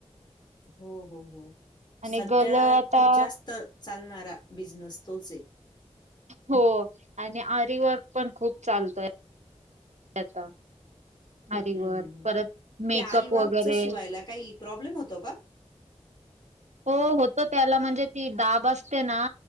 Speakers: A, on the left; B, on the right.
A: हो हो हो
B: आणि
A: सध्या
B: गल आता
A: खूप जास्त चालणारा बिझनस तोच ये.
B: हो आणि आरीवर्क पण खूप चालतोय आता. आरी
A: हं
B: वर्क
A: हं हं.
B: परत मेकअप
A: ते आरीवर्कच
B: वगैरे
A: शिवायला काही प्रॉब्लेम होतो का?
B: हो होतो त्याला म्हणजे ती दाब असते ना,